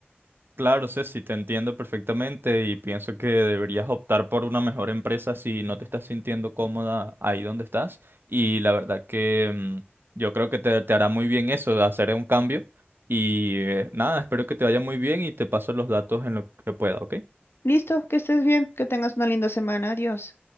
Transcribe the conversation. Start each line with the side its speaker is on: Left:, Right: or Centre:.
Right: Claro, Ceci, te entiendo perfectamente y pienso que deberías optar por una mejor empresa si no te estás sintiendo cómoda ahí donde estás. Y la verdad que mm, yo creo que te, te hará muy bien eso, de hacer un cambio. Y eh, nada, espero que te vaya muy bien y te paso los datos en lo que pueda, ¿ok?
Left: Listo, que estés bien, que tengas una linda semana. Adiós.